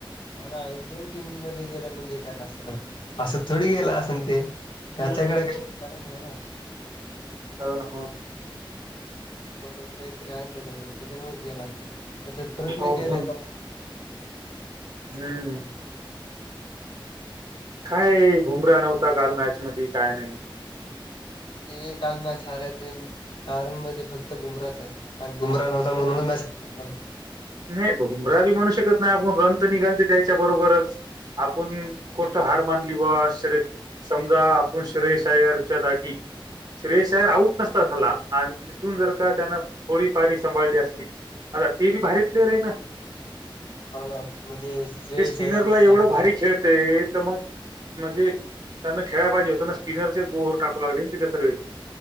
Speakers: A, on the left; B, on the right.
A: हा ना इंडियन टीममध्ये गेला म्हणजे काय असणार आहे. असं थोडी गेलं असण ते त्याच्याकडे
B: हम्म.
A: काही ट्यालेंट आहे ना.
B: हो ना हो ना.
A: स्वतःच काहीतरी आहे ना त्याच्याकडे त्याच्यामुळेच गेला आणखी याच्यात प्रयत्न
B: हो ना,
A: केले
B: हो ना. हम्म काय बुमराह नव्हता काल मॅचमध्ये काय नाही
A: ते काल मॅच हरायचे कारण म्हणजे फक्त बुमराच आहे काल बुमराह नव्ह ता
B: हो
A: म्हणून
B: ना.
A: मॅच <unintelligible>
B: नाही बुमराह बी म्हणू शकत नाही आपण रन तर निघालते त्यांच्या बरोबरच. आपण कोठं
A: सत्तार
B: हार मानली बा श्रे समजा आपण श्रेयस अय्यरच्या जागी श्रेयस अय्यर आऊट नसता झाला आणि तिथून जर का त्यानं थोडी पारी सांभाळली असती आता ते बी भारीच प्लेयर आहे ना?
A: हो ना म्हणजे श्रेयस
B: ते स्पिनरला
A: अय्यर बी
B: एवढं
A: झाला. हो
B: भारी खेळतंय तर मग म्हणजे त्यानं खेळाय पाहिजे होतं ना स्पिनरचे ओव्हर टाकू लागली तिथे सगळी.